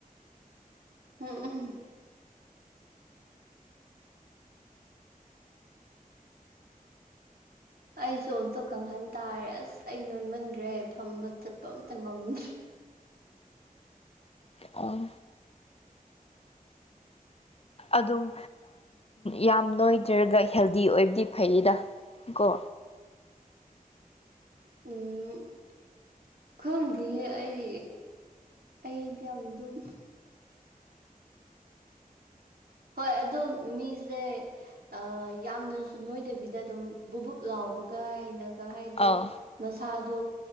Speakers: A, on the right; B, on the left.
A: <unintelligible> ꯑꯩꯁꯨ ꯑꯝꯇ ꯀꯪꯍꯟ ꯇꯥꯔꯦ ꯑꯁ ꯑꯩ ꯅꯣꯏꯃꯟꯒꯔꯦ ꯐꯝꯕ ꯆꯠꯄ ꯑꯝꯇ ꯉꯝꯗ꯭ꯔꯦ
B: ꯑꯣ ꯑꯗꯨꯝ ꯌꯥꯝ ꯅꯣꯏꯗ꯭ꯔꯒ ꯍꯦꯜꯗꯤ ꯑꯣꯏꯕꯗꯤ ꯐꯩꯗ ꯀꯣ
A: ꯎꯝ ꯈꯪꯗꯤꯌꯦ ꯑꯩ ꯑꯩꯗꯤ ꯌꯥꯝ ꯑꯗꯨꯝ ꯍꯣꯏ ꯑꯗꯣ ꯃꯤꯁꯦ ꯑ ꯌꯥꯝꯅꯁꯨ ꯅꯣꯏꯗꯕꯤꯗ ꯑꯗꯨꯝ ꯕꯨꯕꯨꯞ ꯂꯥꯎꯕ ꯒꯥꯏꯅꯒ ꯍꯥꯏꯗꯤ
B: ꯑꯥꯎ
A: ꯃꯁꯥꯗꯨ